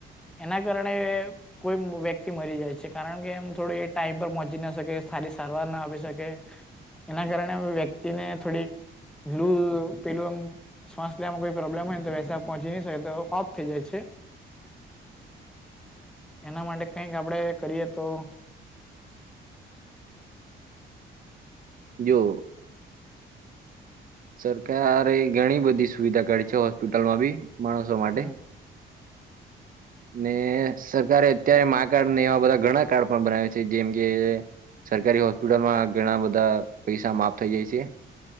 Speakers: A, in the centre; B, on the right.
A: એના કારણે કોઈમ બો વ્યક્તિ મરી જાય છે કારણ કે એમ થોડી ટાઈમ પર પોચી ન શકે સારી સારવાર ના આપી શકે એના કારણે વ્યક્તિને થોડીક લુ પેલું આમ શ્વાસ લેવામાં કોઈ પ્રોબ્લેમ હોય નેતો વૈસા પોચી નઈ શકે તો ઓફ થઈ શકે છે. એના માટે કંઈક આપડે કરીએ તો
B: જો. સરકારે ઘણી બધી સુવિધા કરી છે હોસ્પિટલમાં બી માણસો માટે
A: હમ <inaudible>
B: ને સરકારે અત્યારે મા કાર્ડ ને એવા બધા ઘણા કાર્ડ પણ બનાવ્યા છે જેમ કે સરકારી હોસ્પિટલમાં ઘણા બધા પૈસા માફ થઇ જાય છે.